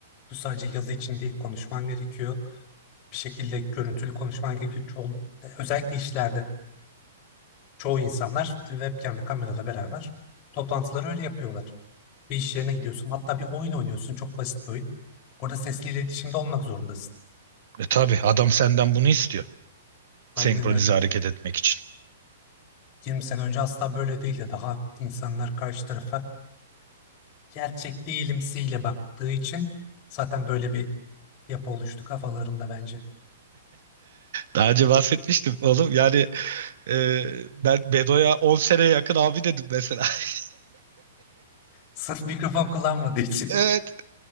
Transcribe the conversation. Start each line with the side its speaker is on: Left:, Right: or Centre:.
Left: Bu sadece yazı için değil, konuşman gerekiyor. bir şekilde görüntülü konuşman gerekiyor. Çoğu, e, özellikle işlerde çoğu insanlar webcam'le kamerayla beraber toplantıları öyle yapıyorlar. Bir iş yerine gidiyorsun. Hatta bir oyun oynuyorsun. Çok basit bir oyun. Orada sesli iletişimde olmak zorundasın.
Right: E tabii adam senden bunu istiyor.
Left: Aynen
Right: Senkronize
Left: öyle.
Right: hareket etmek için.
Left: 20 sene önce asla böyle değildi. Daha insanlar karşı tarafa gerçek değilimsiyle baktığı için zaten böyle bir yapı oluştu kafalarında bence.
Right: Daha önce bahsetmiştim oğlum yani e, ben Bedo'ya 10 seneye yakın abi dedim mesela. <laughs>
Left: Sırf mikrofon kullanmadığı için.
Right: Evet.